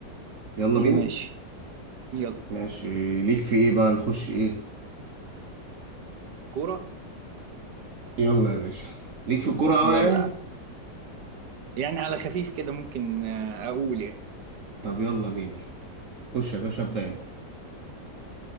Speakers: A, on the right; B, on the right.
A: يلا
B: ماشي
A: بينا
B: يلا
A: ماشي ليك في ايه بقى نخش ايه
B: كورة
A: يلا يا باشا ليك في الكورة اوي
B: يلا
A: يعني
B: يا عم يعني على خفيف كده ممكن آه، اقول يعني
A: طب يلا بينا خش يا باشا ابدأ انت